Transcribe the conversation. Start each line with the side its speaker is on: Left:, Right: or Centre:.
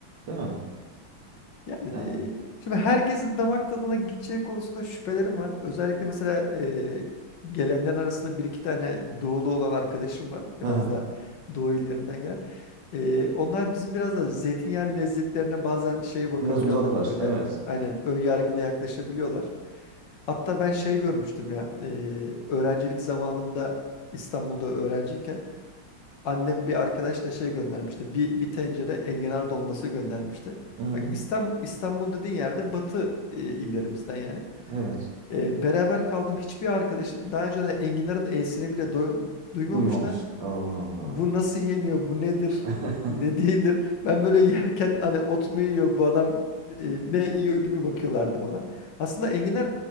Right: Değil mi?
Left: Yani
Right: Yani.
Left: de, şimdi herkesin damak tadına gideceği konusunda şüphelerim var. Özellikle mesela e, gelenlerin arasında bir iki tane doğulu olan arkadaşım var.
Right: Hı
Left: Biraz
Right: hı.
Left: daha doğu illerinden gelen. E, onlar bizim biraz da zeytinyağı lezzetlerine bazen şey bakabiliyorlar.
Right: Biraz uzaklar.
Left: Böyle
Right: Evet.
Left: aynen ön yargılı yaklaşabiliyorlar. Hatta ben şey görmüştüm ya. e, öğrencilik zamanımda İstanbul'da öğrenciyken Annem bir arkadaşla şey göndermişti. Bir, bir tencere enginar dolması göndermişti.
Right: Hı hı.
Left: Bak İstanbul, İstanbul dediğin yerde batı e, illerimizden yani.
Right: Evet.
Left: E, beraber kaldım hiçbir arkadaşım daha önce de enginarın e'sini bile doy- duymamışlar
Right: Duymamış. Allah Allah.
Left: bu nasıl yeniyor, bu nedir,
Right: <laughs>
Left: e, ne değildir. Ben böyle yerken hani ot mu yiyor bu adam, e, ne yiyor gibi bakıyorlardı bana. Aslında enginar